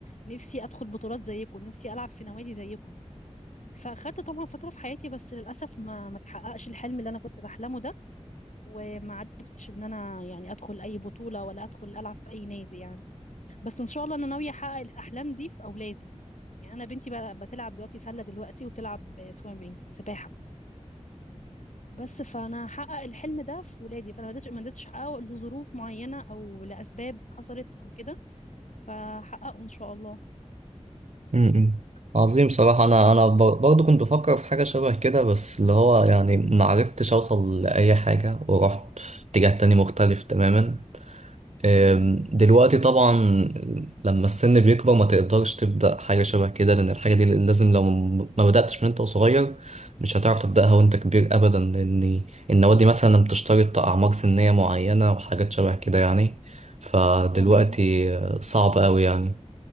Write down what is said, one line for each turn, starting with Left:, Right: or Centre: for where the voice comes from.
Left: نفسي أدخل بطولات زيكم نفسي ألعب في نوادي زيكم فأخدت طبعا فترة في حياتي بس للأسف ما ما تحققش الحلم اللي أنا كنت بحلمه ده وما عرفتش إن أنا يعني أدخل أي بطولة ولا أدخل ألعب في أي نادي يعني بس ان شاء الله انا ناويه احقق الاحلام دي في اولادي يعني انا بنتي ب- بتلعب دلوقتي سله دلوقتي وبتلعب سويمنج سباحه بس فانا هحقق الحلم ده في ولادي فانا ما قدرتش ما قدرتش احققه لظروف معينه او لاسباب حصلت او كده فحققه ان شاء الله
Right: امم عظيم بصراحة أنا أنا بر- برضه كنت بفكر في حاجة شبه كده بس اللي هو يعني معرفتش أوصل لأي حاجة ورحت في اتجاه تاني مختلف تماما أم،
Left: امم
Right: دلوقتي طبعا لما السن بيكبر ما تقدرش تبدأ حاجة شبه كده لأن الحاجة دي لازم لو ما بدأتش من أنت وصغير مش هتعرف تبدأها وأنت كبير أبدا لأن النوادي دي مثلا بتشترط أعمار سنية معينة وحاجات شبه كده يعني فدلوقتي
Left: تمام
Right: صعب أوي يعني